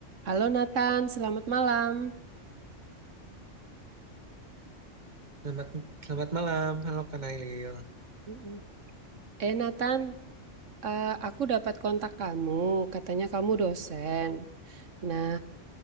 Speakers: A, on the right (about 75°); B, on the right (about 35°).
A: Halo Nathan, selamat malam.
B: Selamat, selamat malam. Halo Kak Nailil.
A: Mm-mm. Eh Nathan, eh, aku dapat kontak kamu, katanya kamu dosen. Nah,